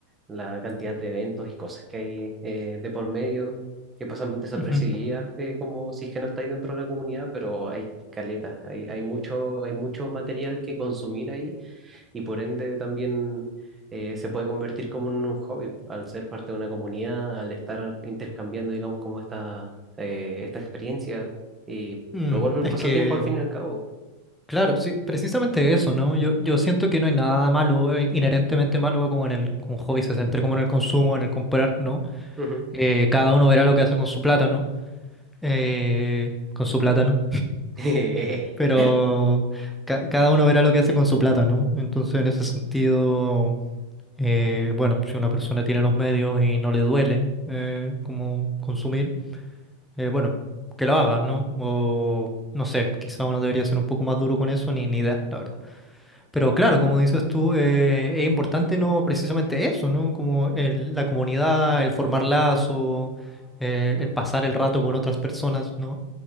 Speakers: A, on the right (about 15°); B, in the centre.
A: la cantidad de eventos y cosas que hay eh, de por medio, que pasan desapercibidas,
B: Ujú.
A: eh, como si es que no estáis dentro de la comunidad, pero hay caletas, hay, hay mucho, hay mucho material que consumir ahí y por ende también eh, se puede convertir como en un hobby al ser parte de una comunidad, al estar intercambiando, digamos, como esta, eh, esta experiencia y
B: Mm,
A: lo vuelve
B: es
A: un pasatiempo
B: que
A: al fin y al cabo.
B: Claro, sí, precisamente eso, ¿no? Yo, yo siento que no hay nada malo, eh, inherentemente malo, como en el como hobby se centre, como en el consumo, en el comprar, ¿no?
A: Ujú.
B: Eh, cada uno verá lo que hace con su plata, ¿no? Eh, con su plata, ¿no?
A: <laughs>
B: Pero ca- cada uno verá lo que hace con su plata, ¿no? Entonces, en ese sentido, eh, bueno, si una persona tiene los medios y no le duele eh, como consumir, eh, bueno, que lo haga, ¿no? O no sé, quizá uno debería ser un poco más duro con eso, ni, ni idea, la verdad. Pero claro, como dices tú, eh, es importante no precisamente eso, ¿no? Como el- la comunidad, el formar lazos, el, el pasar el rato con otras personas, ¿no?